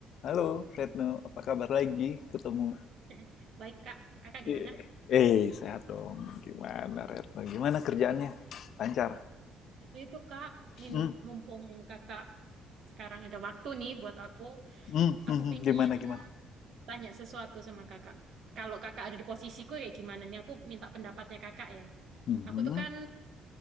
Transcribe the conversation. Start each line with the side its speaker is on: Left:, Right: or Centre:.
Left: Halo, Retno. Apa kabar lagi? Ketemu.
Right: <laughs> Baik, Kak. Kakak gimana?
Left: Iya. Eh, sehat dong. Gimana, Retno? Gimana kerjaannya? Lancar.
Right: Itu itu, Kak. Ini
Left: Hmm,
Right: nih, mumpung Kakak sekarang ada waktu nih buat aku,
Left: hmm, hmm,
Right: aku
Left: hmm.
Right: pingin
Left: Gimana, gimana?
Right: tanya sesuatu sama Kakak. Kalau Kakak ada di posisiku kayak gimana nih? Aku minta pendapatnya Kakak ya.
Left: Hmm,
Right: Aku tuh kan